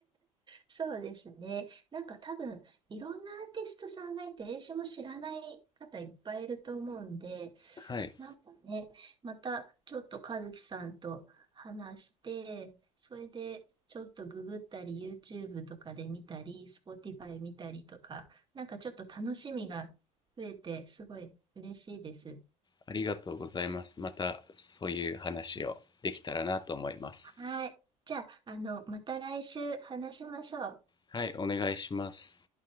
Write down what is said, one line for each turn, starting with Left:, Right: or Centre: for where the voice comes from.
Right: そうですね。なんか多分いろんなアーティストさんがいて、英詞も知らない方いっぱいいると思うんで、
Left: はい、
Right: なんかね、またちょっと和樹さんと話して、それでちょっとググったり、YouTube とかで見たり、Spotify 見たりとか、なんかちょっと楽しみが増えて、すごい嬉しいです。
Left: ありがとうございます。またそういう話をできたらなと思います。
Right: うん、はい。じゃあ、あの、また来週話しましょう。
Left: はい、お願いします。